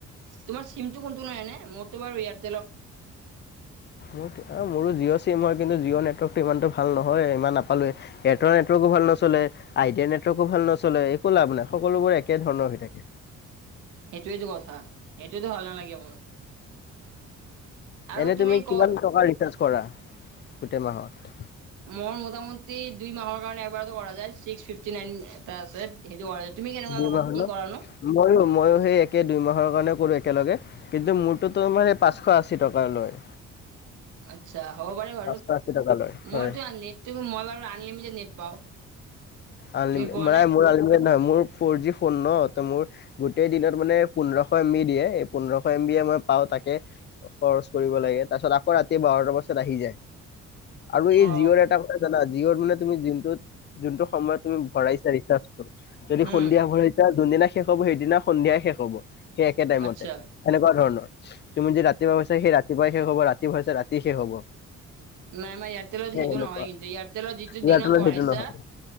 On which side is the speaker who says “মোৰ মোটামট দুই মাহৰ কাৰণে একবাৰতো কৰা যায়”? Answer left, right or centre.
Right